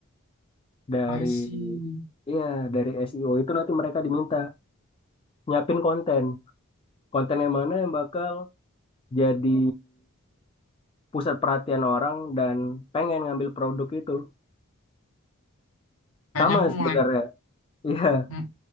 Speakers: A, on the left (about 25°); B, on the left (about 75°).
A: dari
B: I see.
A: iya dari SEO itu nanti mereka diminta nyiapin konten. Konten yang mana yang bakal jadi pusat perhatian orang dan pengen ngambil produk itu.
B: Kayaknya
A: Sama
B: aku
A: sebenarnya.
B: mulai.
A: <laughs> Iya.
B: hmm.